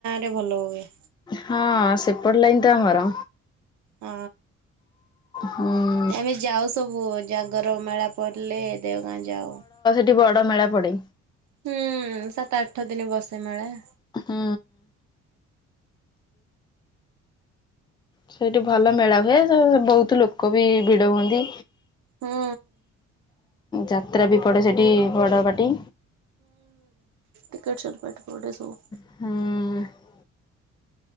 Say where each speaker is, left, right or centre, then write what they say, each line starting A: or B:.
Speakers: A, on the right; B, on the left.
A: ରେ ଭଲ ହୁଏ।
B: ହଁ ସେପଟେ ଲାଇନ ତ ଆମର।
A: ଓ।
B: ହୁଁ।
A: ଆମେ ଯାଉ ସବୁ ଜାଗର ମେଳା ପଡିଲେ ଦେଓଗାଁ ଯାଉ।
B: କି ବଡ ମେଳା ପଡେ।
A: ହୁଁ ସାତ ଆଠ ଦିନ ବସେ ମେଳା।
B: ହୁଁ। ସେଇଠି ଭଲ ମେଳା ହୁଏ ସବୁ ବହୁତ ଲୋକ ବି ଭିଡ ହୁଅନ୍ତି।
A: ହୁଁ
B: ଯାତ୍ରା ବି ପଡେ ସେଠି ବଡ ପାଟି।
A: ଟିକଟ ସେଲ୍ ପାଟି ପଡ଼େ ସବୁ।
B: ହୁଁ।